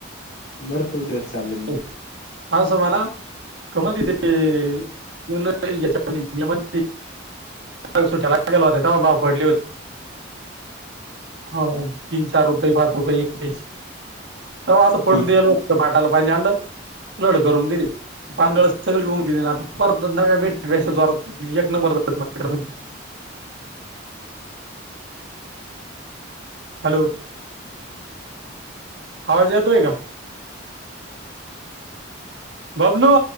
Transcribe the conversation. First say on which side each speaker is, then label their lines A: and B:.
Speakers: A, on the left; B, on the right.
A: भरपूर दिवस चालले म.
B: हाऊसा म्हण ना का मधी ते <unintelligible> पोराला सुट्ट्या लागल्या होत्या तेव्हाच ते भाव पडले होते. हो तीन, चार, रुपये, पाच रुपये, एकट्या चे. तवा असुन
A: हा
B: देल होत पाटाला पाणि आल फ्लड करुन दिली. पानगळ सगळी येऊन गेले परत नव्या पेक्षा जोरात एक नंबर <unintelligible> हॅलो. आवाज येतोय का? बबलू.